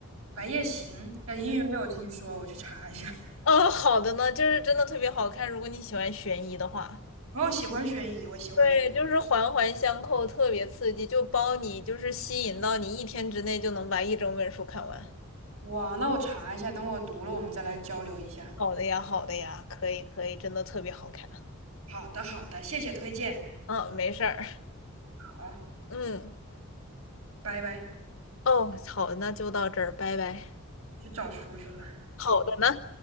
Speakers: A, on the right; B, on the left.
A: 《白夜行》呃，英语没有听说，我去查一下。<laughs>
B: 呃，好的呢，就是真的特别好看，如果你喜欢悬疑的话。
A: 然后喜欢悬疑，我喜欢悬
B: 对，就是环环相扣，特别刺激，就包你，就是吸引到你一天之内就能把一整本书看完。
A: 疑。哇，那我查一下，等我读了，我们再来交流一下。
B: 好的呀，好的呀，可以可以，真的特别好看。
A: 好的，好的，谢谢推荐。
B: 嗯，没事儿。
A: 好，
B: 嗯，
A: 拜拜，
B: 哦，好的，那就到这儿，拜拜。
A: 我去找书去了。
B: 好的呢。